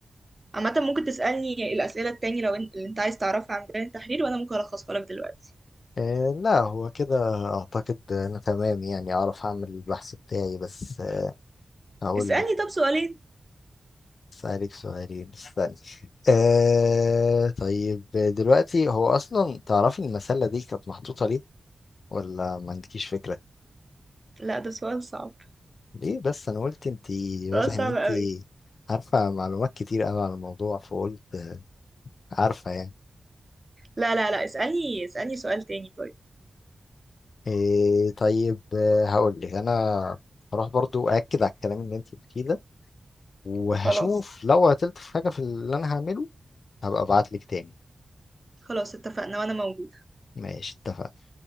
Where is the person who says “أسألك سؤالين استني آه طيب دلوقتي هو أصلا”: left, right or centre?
Left